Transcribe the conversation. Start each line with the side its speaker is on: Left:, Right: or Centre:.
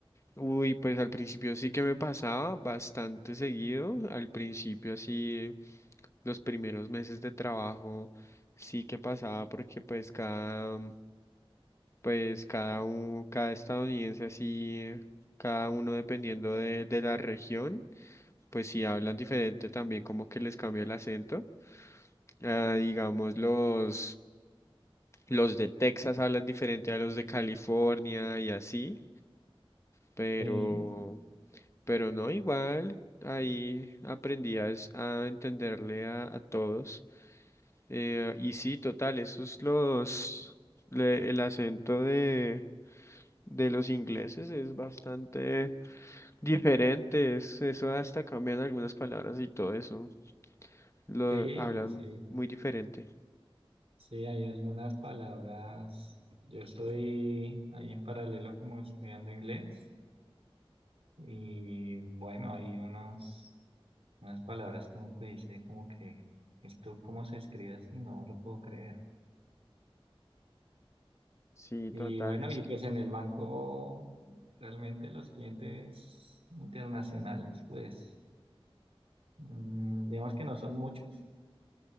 Left: Uy, pues al principio sí que me pasaba bastante seguido. Al principio así, los primeros meses de trabajo sí que pasaba porque pues cada... Pues cada uno, cada estadounidense así, cada uno dependiendo de, de la región, pues si hablan diferente también como que les cambia el acento. Ah, digamos los, los de Texas hablan diferente a los de California y así, pero,
Right: Sí,
Left: pero no igual, ahí aprendí a, es- a entenderle a, a todos. Eh, y sí, total, esos los, le- el acento de de los ingleses es bastante Diferentes, eso hasta cambian algunas palabras y todo eso. Lo
Right: sí,
Left: hablan
Right: sí,
Left: muy diferente.
Right: sí, hay algunas palabras. Yo estoy ahí en paralelo como estudiando inglés y bueno, hay unos, unas palabras como que dice como que esto cómo se escribe así, no lo puedo creer.
Left: Sí,
Right: Y
Left: total,
Right: bueno,
Left: es
Right: y
Left: que
Right: pues en el banco realmente los clientes internacionales, pues mm, digamos que no son muchos,